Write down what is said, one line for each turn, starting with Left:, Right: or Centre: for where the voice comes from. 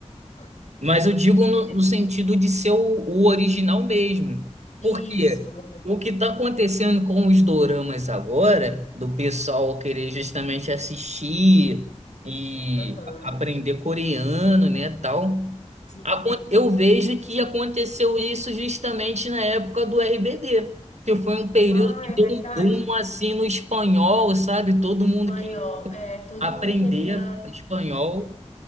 Left: Ah,
Right: Mas eu digo
Left: Que, é,
Right: no, no sentido de ser o, o original mesmo.
Left: isso,
Right: Porque
Left: aham,
Right: o que está acontecendo com os doramas agora, do pessoal querer justamente assistir e
Left: aham,
Right: a- aprender coreano, né, tal,
Left: sim.
Right: acon- eu vejo que aconteceu isso justamente na época do RBD, que foi um período
Left: Ah,
Right: que
Left: é
Right: deu
Left: verdade.
Right: um boom assim no espanhol, sabe? Todo mundo
Left: Espanhol,
Right: que
Left: é, todo
Right: aprender
Left: mundo queria.
Right: espanhol.